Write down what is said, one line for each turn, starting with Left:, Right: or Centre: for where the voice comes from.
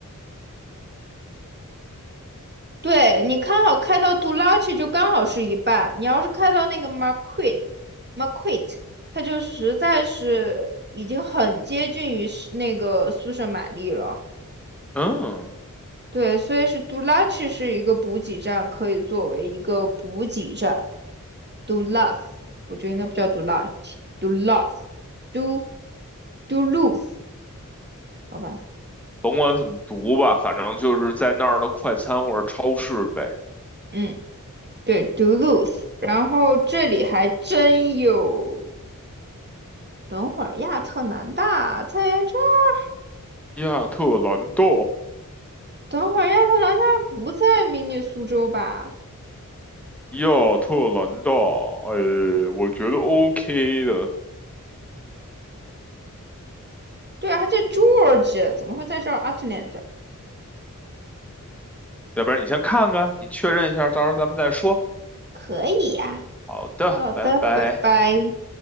Right: 对你看好开到杜拉奇就刚好是一半，你要是开到那个 Marquette，Marquette，它就实在是已经很接近于是那个苏舍玛丽了。
Centre: 嗯，
Right: 对，所以是杜拉奇是一个补给站，可以作为一个补给站。杜拉斯，我觉得应该不叫杜拉奇，杜拉斯，杜杜鲁斯，好吧，
Centre: 甭管怎么读吧，反正就是在那儿的快餐或者超市呗。
Right: 嗯。对，Duluth，然后这里还真有。等会儿亚特兰大在这儿，
Centre: 亚特兰大，
Right: 等会儿亚特兰大不在明尼苏州吧？
Centre: 亚特兰大，哎，我觉得 OK 的。
Right: 对啊，还在 Georgia，怎么会在这儿 Atlanta？
Centre: 要不然你先看看，你确认一下，到时候咱们再说。
Right: 可以呀、
Centre: 好的，
Right: 好的，
Centre: 拜拜。
Right: 拜拜。